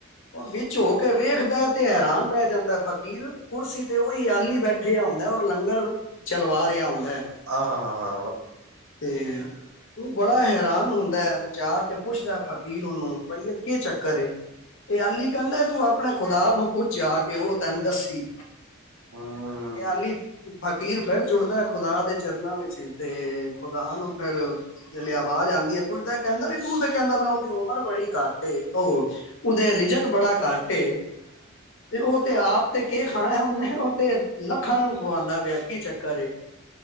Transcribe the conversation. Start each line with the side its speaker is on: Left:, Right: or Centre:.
Left: ਉਹ ਵਿੱਚ ਹੋ ਕੇ ਵੇਖਦਾ ਤੇ ਹੈਰਾਨ ਰਹਿ ਜਾਂਦਾ ਫ਼ਕੀਰ, ਕੁਰਸੀ ਤੇ ਉਹੀ ਆਲੀ ਬੈਠਿਆ ਹੁੰਦਾ, ਔਰ ਲੰਗਰ ਚਲਵਾ ਰਿਹਾ ਹੁੰਦਾ ਹੈ।
Right: ਆਹ ਹਾਂ ਹਾਂ ਹਾਂ।
Left: ਤੇ ਤੂੰ ਬੜਾ ਹੈਰਾਨ ਹੁੰਦਾ, ਜਾ ਕੇ ਪੁੱਛਦਾ ਫ਼ਕੀਰ ਉਹਨੂੰ, ਬਈਆ ਕੀ ਚੱਕਰ ਏ, ਇਹ ਅਲੀ ਕਹਿੰਦਾ ਤੂੰ ਆਪਣੇ ਖੁਦਾ ਨੂੰ ਪੁੱਛ ਜਾ ਕੇ, ਉਹ ਤੈਨੂੰ ਦੱਸੀ
Right: ਹੂੰ,
Left: ਇਹ ਅਲੀ ਫਕੀਰ ਫਿਰ ਜੁੜਦਾ ਖੁਦਾ ਦੇ। ਚਰਨਾਂ ਵਿੱਚ ਤੇ ਖੁਦਾ ਨੂੰ ਫਿਰ ਜਿਹੜੇ ਆਵਾਜ਼ ਆਉਂਦੀ ਹੈ। ਪੁੱਛਦਾ ਕਹਿੰਦਾ ਵੀ ਤੂੰ ਤੇ ਕਹਿੰਦਾ ਵਾ, ਉਹਦੀ ਉਮਰ ਬੜੀ ਘੱਟ ਏ, ਉਹ ਉਹਹਦੇ ਰਿਜਕ ਬੜਾ ਘੱਟ ਏ ਤੇ ਉਹ ਤੇ ਆਪ ਤੇ ਕੇ ਖਾਣਾ, ਉਹਨੇ ਉਹ ਤੇ ਲੱਖਾਂ ਨੂੰ ਖਵਾਉਦਾ ਪਿਆ। ਕੀ ਚੱਕਰ ਏ।